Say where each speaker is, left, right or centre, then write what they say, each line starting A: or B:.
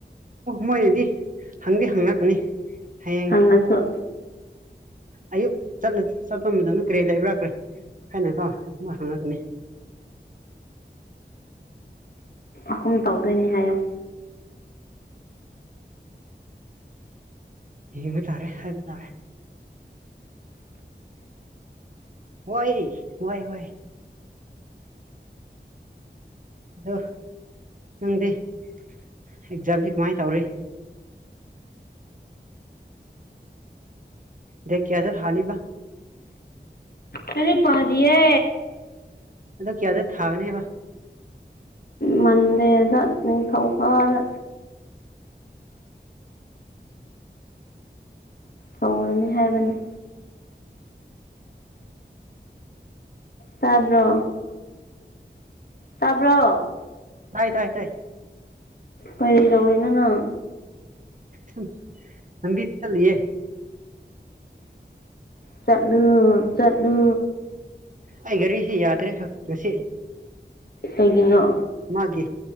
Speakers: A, on the right (about 45°); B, on the left (about 55°).
A: ꯃꯣꯏꯗꯗꯤ ꯍꯪꯗꯤ ꯍꯪꯪꯅꯥꯗꯔ꯭ꯤ ꯍꯥꯏꯌꯦ
B: ꯅꯠꯁꯨ
A: ꯑꯌꯨꯛ ꯆꯠꯂ ꯆꯠꯄ ꯃꯇꯝꯗ ꯀꯔꯤ ꯂꯩꯕ꯭ꯔꯈ꯭ꯔꯦ ꯍꯥꯏꯅ ꯀꯣ ꯃꯥ ꯍꯪꯉꯛꯀꯅꯤ
B: ꯑꯍꯨꯝ ꯇꯧꯗꯣꯏꯅꯦ ꯍꯥꯏꯌꯣ
A: ꯌꯦꯡꯕ ꯇꯥꯔꯦ ꯍꯥꯏꯕ ꯇꯥꯔꯦ ꯋꯥꯏꯔꯤ ꯋꯥꯏꯍꯧꯋꯦ ꯑꯗꯣ ꯅꯪꯗꯤ ꯑꯦꯛꯖꯥꯝꯗꯤ ꯀꯃꯥꯏ ꯇꯧꯔꯤ ꯗꯦꯠ ꯀꯌꯥꯗ ꯍꯥꯅꯦꯕ
B: ꯂꯔꯤꯛ ꯄꯗꯤꯌꯦ
A: ꯑꯗꯣ ꯀꯌꯥꯗ ꯊꯥꯒꯅꯦꯕ
B: ꯃꯟꯗꯦꯗꯥ ꯅꯤꯡꯊꯧꯀꯥꯗ ꯍꯧꯔꯅꯤ ꯍꯥꯏꯕꯅꯤ ꯇꯥꯕ꯭ꯔꯣ
A: ꯀꯥ
B: ꯇꯥꯕ꯭ꯔꯣ
A: ꯍꯥꯏ ꯇꯥꯏ ꯇꯥꯏ
B: ꯀꯔꯤ ꯗꯧꯔꯤꯅꯣ ꯅꯪ
A: ꯍꯨꯝ ꯂꯝꯕꯤ ꯆꯠꯂꯤꯌꯦ
B: ꯆꯠꯂꯨ ꯆꯠꯂꯨ
A: ꯑꯩ ꯒꯥꯔꯤꯁꯤ ꯌꯥꯗ꯭ꯔꯦ ꯍꯥ ꯉꯁꯤ
B: ꯀꯩꯒꯤꯅꯣ
A: ꯃꯥꯒꯤ